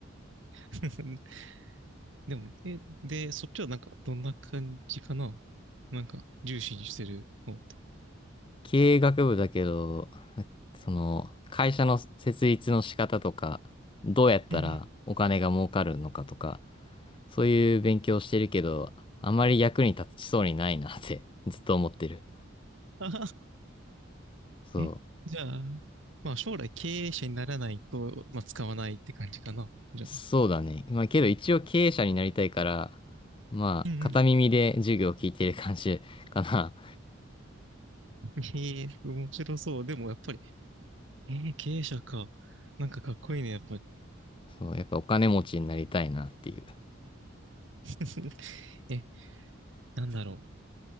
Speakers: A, on the right (about 65°); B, on the left (about 25°).
A: <laughs> でも、え、で、そっちはなんか、どんな感じかななんか、重視にしてるのって。
B: 経営学部だけど、その、会社の設立の仕方とか、どうやったらお金が儲かるのかとか、
A: うん
B: そういう勉強してるけど、あまり役に立ちそうにないなって <laughs> ずっと思ってる。
A: あはは <laughs>
B: そう。
A: え、じゃあ、まあ将来経営者にならないと、まあ使わないって感じかな。じゃあ。
B: そうだね。まあけど一応経営者になりたいから、まあ片耳で授業を聞いてる感じ
A: うんうん。
B: <laughs> かな。
A: <laughs> ええ、面白そう。でもやっぱりえー、経営者か。なんかかっこいいね、やっぱり。
B: そう、やっぱお金持ちになりたいなっていう。
A: <laughs> え、なんだろう。